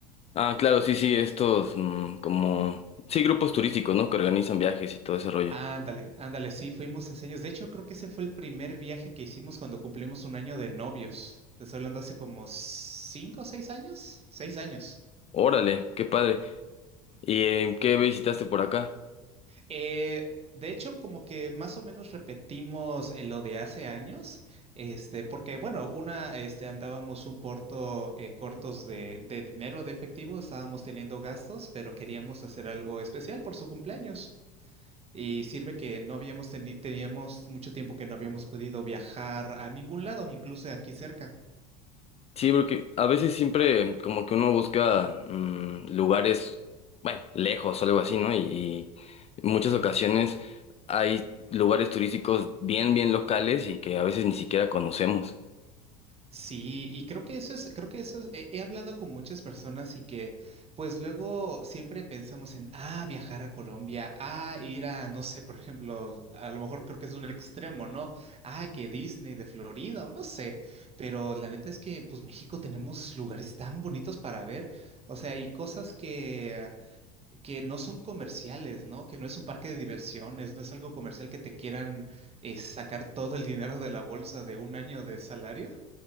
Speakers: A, on the left (about 30°); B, on the right (about 30°).
A: Ah, claro, sí, sí, estos mm, como... Sí, grupos turísticos, ¿no? Que organizan viajes y todo ese rollo.
B: Ándale, ándale, sí, fuimos hace años. De hecho, creo que ese fue el primer viaje que hicimos cuando cumplimos un año de novios. Te estoy hablando hace como cinco o seis años, seis años.
A: Órale, qué padre. ¿Y eh, qué visitaste por acá?
B: Eh, de hecho, como que más o menos repetimos eh, lo de hace años, este, porque bueno, una, este, andábamos un porto eh, cortos de, de dinero de efectivo, estábamos teniendo gastos, pero queríamos hacer algo especial por su cumpleaños. Y sirve que no habíamos teni- teníamos mucho tiempo que no habíamos podido viajar a ningún lado, incluso aquí cerca.
A: Sí, porque a veces siempre como que uno busca mm, lugares, bueno, lejos o algo así, ¿no? Y, y en muchas ocasiones hay lugares turísticos bien, bien locales y que a veces ni siquiera conocemos.
B: Sí, y creo que eso es, creo que eso es, he, he hablado con muchas personas y que pues luego siempre pensamos en, ah, viajar a Colombia, ah, ir a, no sé, por ejemplo, a lo mejor creo que es un extremo, ¿no? Ah, que Disney de Florida o no sé, pero la neta es que pues México tenemos lugares tan bonitos para ver, o sea, y cosas que, que no son comerciales, ¿no? Que no es un parque de diversiones, no es algo comercial que te quieran eh, sacar todo el dinero de la bolsa de un año de salario.